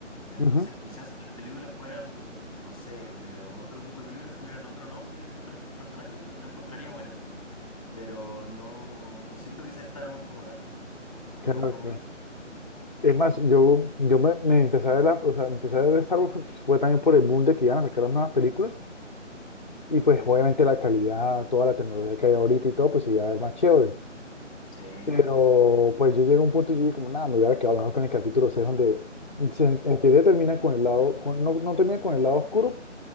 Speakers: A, in the centre; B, on the left.
A: Entonces,
B: ujú.
A: quizás si las películas fueran, no sé, de otro tipo de películas, tuvieran otro nombre, otros personajes, lo encontraría buena pero no, no siento que sea Star Wars como tal. Lo
B: Claro,
A: encuentro muy
B: claro.
A: distinto.
B: Es más, yo, yo me, me empecé a ver la, o sea, empecé a ver Star Wars fue, fue también por el boom de que iban a sacar las nuevas películas y pues
A: Sí,
B: obviamente la calidad, toda la tecnología que hay ahorita y todo, pues iba a ver más chévere.
A: sí,
B: Pero pues yo llegué a un punto y yo dije como, nada, me hubiera quedado mejor con el capítulo 6 donde se, en en teoría termina con el lado, con, no, no termina con el lado oscuro,